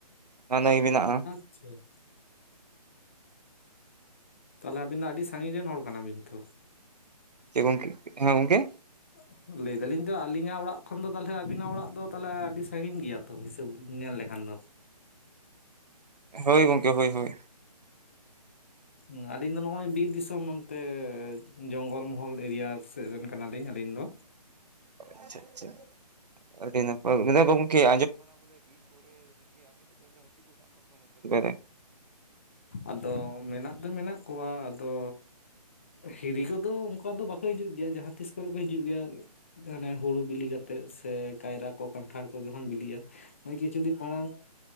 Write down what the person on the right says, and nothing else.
ᱦᱚᱸ ᱱᱟᱹᱭ ᱢᱮᱱᱟᱜᱼᱟ
ᱪᱮᱫ ᱜᱚᱝᱠᱮ ᱦᱮᱸ ᱜᱚᱝᱠᱮ
ᱦᱳᱭ ᱜᱚᱢᱠᱮ ᱦᱳᱭ ᱦᱳᱭ
ᱟᱪᱪᱷᱟ ᱟᱪᱪᱷᱟ ᱟᱹᱰᱤ ᱱᱟᱯᱟᱭ <unintelligible>